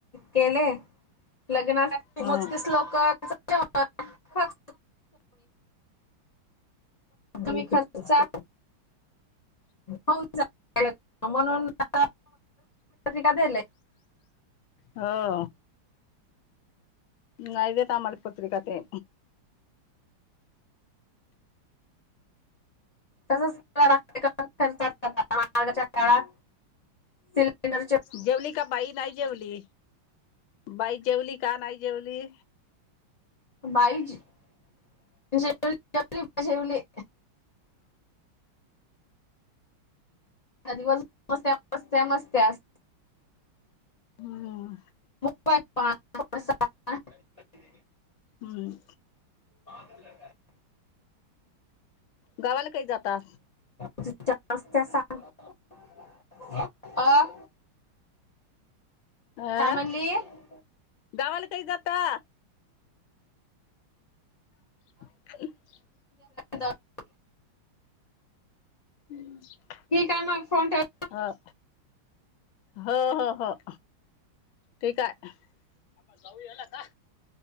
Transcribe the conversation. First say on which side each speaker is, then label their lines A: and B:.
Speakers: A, on the left (about 45°); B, on the left (about 75°).
A: केले लग्नासाठी
B: ह
A: मोजकीच लोक. क <unintelligible> खर्चा हो म्हणून आ कालय
B: हो. नाही देत आम्हाला पत्रिका ते.
A: तसच काढाय लागत खर्चाच्या काळात सिलेंडर
B: जेवली का बाई नाही जेवली बाई जेवली का नाही जेवली
A: बाई जेवन केले, जेवले.
B: <unintelligible>
A: दिवस मस्त्या मस्त्या मस्त्यास
B: हम्म
A: मोबाईल प <unintelligible> ह <unintelligible>
B: हम्
A: <unintelligible>
B: गावाला काधी जाता?
A: तुच्या रस्त्या स <inaudible> <unintelligible> अ....
B: <inaudible> हंह
A: काय म्हणली जाऊ
B: गावाला कई जाता. ह <inaudible>
A: ता <inaudible>
B: हम् <unintelligible>
A: ठीक आहे, मग फोन ठेवं.
B: हांव. होंव- हों -होंव. ठीक आहे. <inaudible> जाऊया लकां.